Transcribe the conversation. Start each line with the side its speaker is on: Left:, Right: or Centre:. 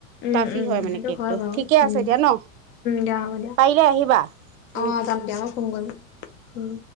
Left: উম,
Right: ফ্লাফি
Left: উম,
Right: হয় মানে
Left: সেইটো
Right: কেকটো
Left: হয় বাৰু
Right: ঠিকে আছে
Left: উম,
Right: দিয়া ন
Left: দিয়া হ'ব দিয়া
Right: পাৰিলে আহিবা উম
Left: অঁ যাম দিয়া মই ফোন কৰিম।